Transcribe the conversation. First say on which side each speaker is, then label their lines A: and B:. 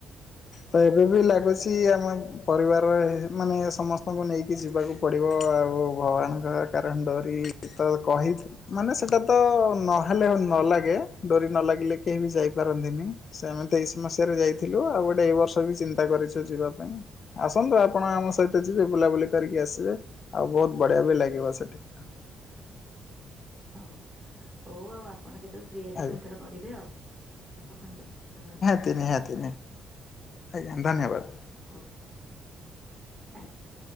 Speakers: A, on the left; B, on the right.
A: ତ ଏବେ ବି ଲାଗୁଛି ଆମ ପରିବାରରେ ମାନେ ସମ ଆପଙ୍କୁ ନେଇକି ଯିବାକୁ ପଡ଼ିବ ଆଉ ଭଗବାନଙ୍କ କାରଣ ଡରି ତ କହିି ମାନେ ସେଟା ତ ନହେଲେ ନ ଲାଗେ ଡୋରି ନ ଲାଗିଲେ କେହି ବି ଯାଇପାରନ୍ତିନି। ସେମିତିତେଇଶି ମସିହାରେ ଯାଇଥିଲୁ ଆଉ ଗୋଟେ ଏଇ ବର୍ଷ ବି ଚିନ୍ତା କରିଛୁ ଯିବା ପାଇଁ। ଆସନ୍ତୁ ଆପଣ ଆମ ସହିତ ଯିବେ ବୁଲାବୁଲି କରିକି ଆସିବେ ଆଉ ବହୁତ ବଢିଆ ବି ଲାଗିବ ସେଠି।
B: ହଉ ହଉ ଆଉ ଆପ ଆପଣ କେତେବେଳେ ଫ୍ରି ହେଲେ
A: ଆଜ୍ଞା
B: ପୁଣି ଥର କରିବେ ଆଉ ରଖନ୍ତୁ ସକାଳୁ ଆଉ।
A: ନିହାତି ନିହାତି। ଆଜ୍ଞା ଧନ୍ୟବାଦ।
B: ହଉ ଆଜ୍ଞା।